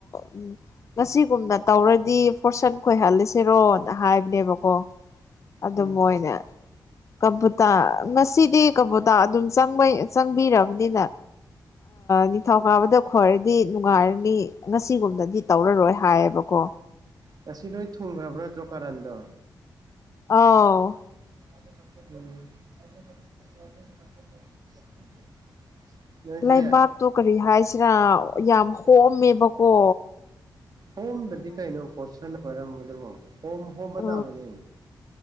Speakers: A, on the left; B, on the right.
A: ꯎꯝ ꯉꯁꯤꯒꯨꯝꯅ ꯇꯧꯔꯗꯤ ꯐꯣꯔꯁꯟ ꯈꯣꯏꯍꯜꯂꯤꯁꯤꯔꯣ ꯍꯥꯏꯕꯅꯦꯕꯀꯣ ꯑꯗꯨꯝꯕꯣꯏ
B: ꯎꯝ
A: ꯑꯣꯏꯅ ꯀꯕꯨꯇꯥ ꯉꯁꯤꯗꯤ ꯀꯕꯨꯇꯥ ꯑꯗꯨꯝꯪ ꯆꯪꯕꯤꯔꯕꯅꯤꯅ ꯅꯤꯡꯊꯧ ꯀꯥꯕꯗ ꯈ꯭ꯋꯥꯏꯔꯗꯤ ꯅꯨꯡꯉꯥꯏꯔꯅꯤ ꯉꯁꯤꯒꯨꯝꯅꯗꯤ ꯇꯧꯔꯔꯣꯏ ꯍꯥꯏꯌꯦꯕꯀꯣ
B: ꯉꯁꯤ ꯂꯣꯏ ꯊꯨꯡꯈ꯭ꯔꯕ꯭ꯔ ꯅꯠꯇ꯭ꯔꯣ ꯀꯔꯟꯗꯣ
A: ꯑ
B: <unintelligible> ꯅꯣꯏꯁꯦ
A: ꯂꯩꯕꯥꯛꯇꯣ ꯀꯔꯤ ꯍꯥꯏꯁꯤꯔꯥ ꯌꯥꯝ ꯍꯣꯑꯝꯃꯦꯕꯀꯣ
B: ꯍꯣꯝꯗꯗꯤ ꯀꯩꯅꯣ ꯄꯣꯠꯁꯟꯅ ꯑꯣꯏꯔꯝꯕꯗꯨꯕꯨ ꯍꯣꯝ ꯍꯣꯝꯕ
A: ꯑ
B: ꯇꯥꯕꯅꯦ